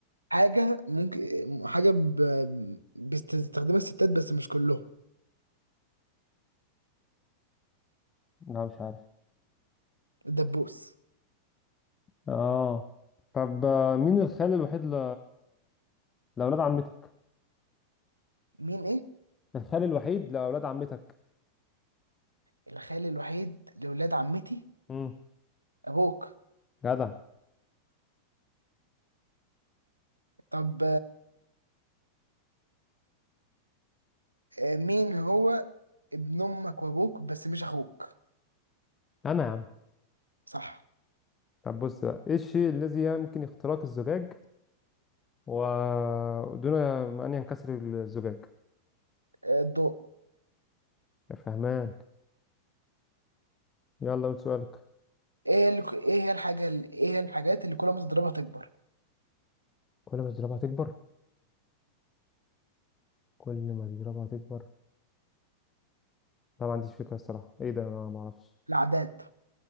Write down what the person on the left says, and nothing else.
لا مش عارف
اه طب آه، مين الخال الوحيد ل... لأولاد عمتك
الخال الوحيد لأولاد عمتك
امم
جدع
أنا يا عم
طب بص بقى إيه الشيء الذي يمكن اختراق الزجاج ودون أن ينكسر الزجاج
يا فهمان يلا قول سؤالك
كل ما تضربها تكبر كل ما تضربها تكبر لا ما عنديش فكرة الصراحة إيه ده أنا ما أعرفش